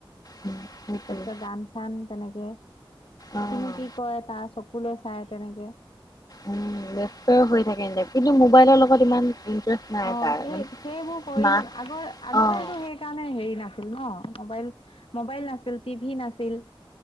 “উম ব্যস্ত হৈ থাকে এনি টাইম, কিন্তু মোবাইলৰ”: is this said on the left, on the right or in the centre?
Left